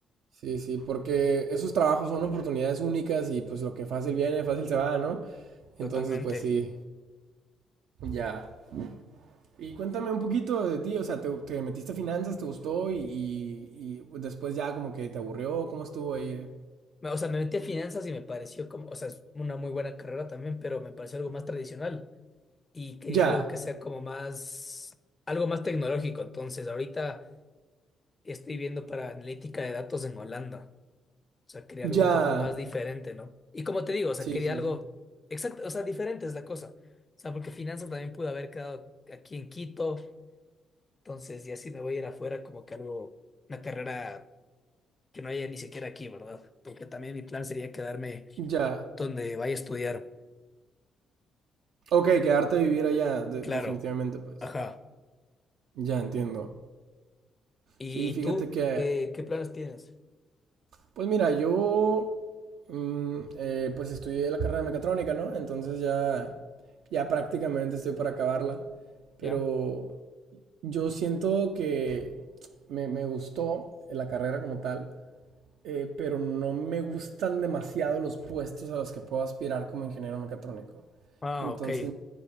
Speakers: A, on the right (about 80°); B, on the left (about 25°).
A: Sí, sí, porque esos trabajos son oportunidades únicas y pues lo que fácil viene, fácil se va, ¿no?
B: totalmente.
A: Entonces, pues sí. Ya. Y cuéntame un poquito de ti, o sea, ¿te, te metiste a finanzas, te gustó y, y- y después ya como que te aburrió? ¿Cómo estuvo ahí?
B: Me- O sea, me metí a finanzas y me pareció como, o sea, es una muy buena carrera también, pero me pareció algo más tradicional y quería
A: Ya,
B: algo que sea como más, algo más tecnológico. Entonces, ahorita estoy viendo para analítica de datos en Holanda. O sea, quería
A: ya.
B: algo un poco más diferente, ¿no? Y como te digo, o sea,
A: Sí,
B: quería
A: sí,
B: algo
A: sí.
B: exacto, o sea, diferente es la cosa. O sea, porque finanzas también pude haber quedado aquí en Quito. Entonces, y así me voy a ir afuera como que algo, una carrera que no haya ni siquiera aquí, ¿verdad? Porque también mi plan sería quedarme
A: Ya.
B: donde vaya a estudiar.
A: Ok, quedarte a vivir allá, de-
B: Claro.
A: definitivamente, pues.
B: Ajá.
A: Ya entiendo.
B: ¿Y,
A: Sí,
B: y
A: fíjate
B: tú?
A: que,
B: ¿Qué, qué planes tienes?
A: pues mira, yo, mm, eh, pues estudié la carrera de mecatrónica, ¿no? Entonces ya, ya prácticamente estoy para acabarla. Pero
B: ¿Ya?
A: yo siento que me, me gustó la carrera como tal, eh, pero no me gustan demasiado los puestos a los que puedo aspirar como ingeniero mecatrónico.
B: Ah,
A: Entonces
B: ok.